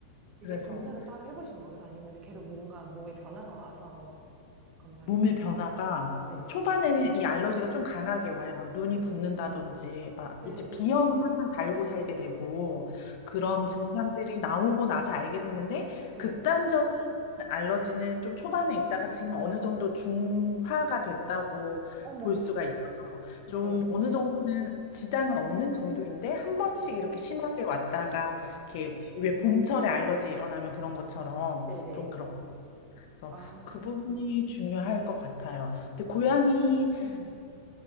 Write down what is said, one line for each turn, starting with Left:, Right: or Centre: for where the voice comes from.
Right: 되게
Left: 그래서.
Right: 검사를 따로 해보신 거예요? 아니면 계속 뭔가 몸에 변화가 와서 검사하게
Left: 몸의
Right: 되신
Left: 변화가
Right: 거예요? 네.
Left: 초반에는 이 알러지가 좀 강하게 와요. 막 눈이 붓는다든지, 막
Right: 네.
Left: 이제 비염은 항상 달고 살게 되고 그런 증상들이 나오고 나서 알게 됐는데
Right: 네.
Left: 극단적인 알러지는 좀 초반에 있다가 지금 어느 정도 중화가 됐다고
Right: 어머.
Left: 볼 수가 있어서
Right: 네.
Left: 좀 어느 정도는 지장은 없는 정도인데 한 번씩
Right: 네.
Left: 이렇게 심하게 왔다가 이렇게 왜 봄철에 알러지 일어나면 그런 것처럼
Right: 네네.
Left: 좀 그런 그래서
Right: 아,
Left: 그 부분이 중요할 것 같아요. 근데 고양이를
Right: 음.